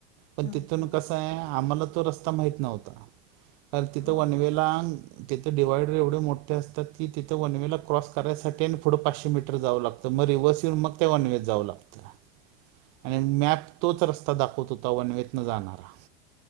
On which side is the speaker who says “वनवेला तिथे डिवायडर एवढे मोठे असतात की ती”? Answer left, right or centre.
Right